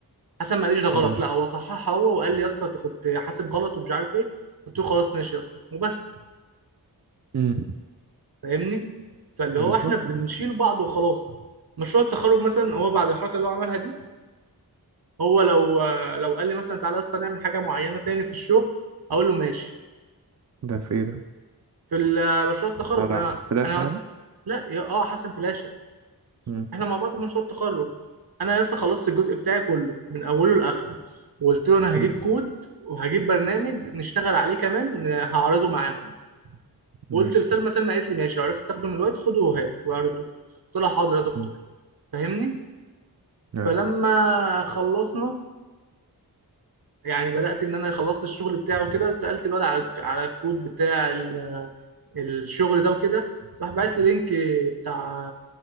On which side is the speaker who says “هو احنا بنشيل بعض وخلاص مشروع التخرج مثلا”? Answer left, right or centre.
Right